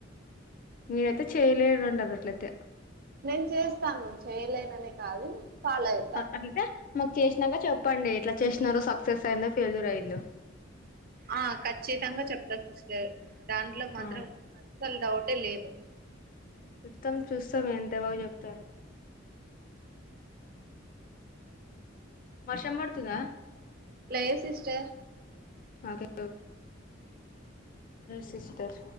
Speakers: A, on the left (about 45°); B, on the right (about 50°).
A: మీరైతే చేయలేదు అంటారు అట్లయితే
B: నేను చేస్తాను చేయలేనని కాదు ఫాలో అయితా
A: అట్లైతే మాకు చేసినంక చెప్పండి ఎట్లా చేసినారో సక్సెస్ అఇందో నలూరు ఐదులు
B: ఆ ఖచ్చితంగా చెప్తారు సిస్టర్ దాంట్లో మాత్రం
A: ఆ
B: అస్సల్ డౌటే లేదు
A: చూస్తాం చూస్తాం ఎంత బాగు చెప్తారు వర్షం పడుతుందా
B: లేదు సిస్టర్
A: ఓకే సిస్టర్